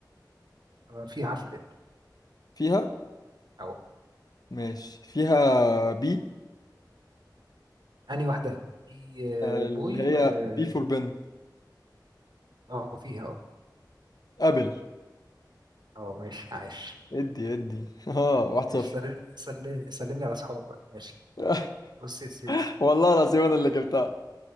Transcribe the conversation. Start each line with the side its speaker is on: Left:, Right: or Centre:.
Right: آه، في حرف الات
Left: فيها
Right: اهو
Left: ماشي فيها بي
Right: انهي واحده دي
Left: اللي
Right: آه، بوي
Left: هي
Right: ولا
Left: بي فور بن
Right: اه فيها اه
Left: ابل
Right: اه ماشي عايش
Left: ادي ادي <laughs> اه واحد
Right: ماشي
Left: صفر
Right: سلم سلم سلم لي على اصحابك بقى ماشي
Left: <laughs>
Right: بص يا سيدي
Left: والله العظيم انا اللي جبتها